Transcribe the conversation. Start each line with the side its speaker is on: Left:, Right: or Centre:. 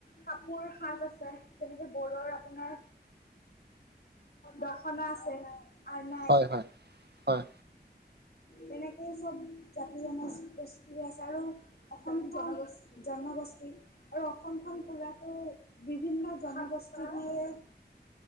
Left: কাপোৰ সাজ আছে তেনেকৈ বড়ৰ আপোনাৰ দখনা আছে। আৰনাই
Right: হয়, হয়, হয়।
Left: তেনেকেই চব জাতি জনগোষ্ঠীৰ আছে আৰু অসমখন জনগোষ্ঠী আৰু অসমখন পোৰাতো বিভিন্ন জনগোষ্ঠী দিয়ে